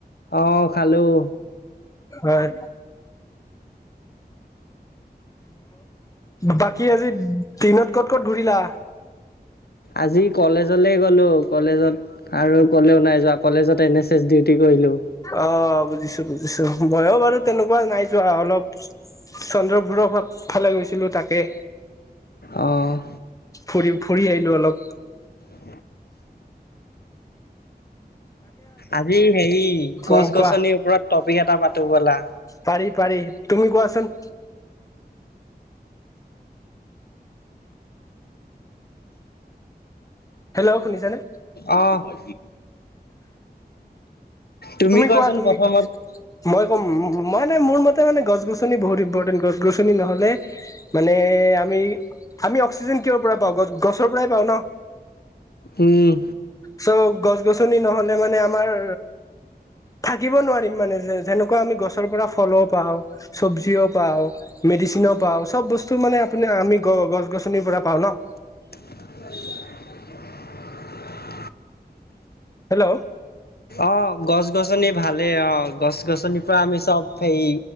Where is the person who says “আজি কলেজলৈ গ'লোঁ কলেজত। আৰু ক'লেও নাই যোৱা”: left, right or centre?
Left